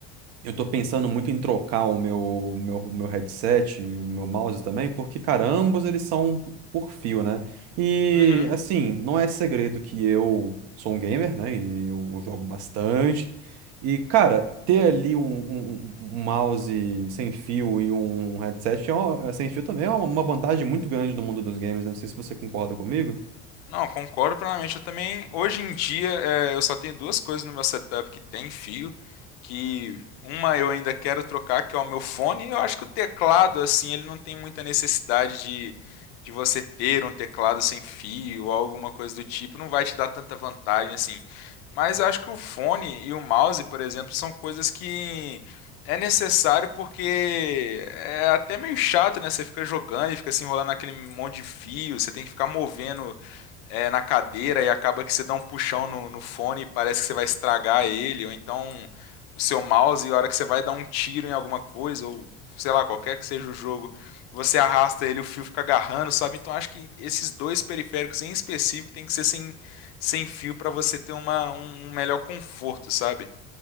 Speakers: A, on the right (about 60°); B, on the left (about 80°).
A: Eu tô pensando muito em trocar o meu, meu, meu headset, e o meu mouse também, porque, cara, ambos eles são um p- por fio, né? E,
B: Uhum.
A: assim, não é segredo que eu sou um gamer, né? E eu jogo bastante. E, cara, ter ali um, um- um um mouse sem fio e um headset é uma- é sem fio também é uma vantagem muito grande no mundo dos games, né? Não sei se você concorda comigo.
B: Não, concordo plenamente. Eu também, hoje em dia, é, eu só tenho duas coisas no meu setup que tem fio, que uma eu ainda quero trocar, que é o meu fone. Eu acho que o teclado, assim, ele não tem muita necessidade de, de você ter um teclado sem fio ou alguma coisa do tipo, não vai te dar tanta vantagem, assim. Mas eu acho que o fone e o mouse, por exemplo, são coisas que é necessário porque é até meio chato, né? Você fica jogando e fica se enrolando naquele monte de fio, você tem que ficar movendo é, na cadeira e acaba que você dá um puxão no, no fone e parece que você vai estragar ele, ou então o seu mouse, e a hora que você vai dar um tiro em alguma coisa, ou sei lá, qualquer que seja o jogo, você arrasta ele, o fio fica agarrando, sabe? Então acho que esses dois periféricos em específico tem que ser sem, sem fio para você ter uma, um um melhor conforto, sabe?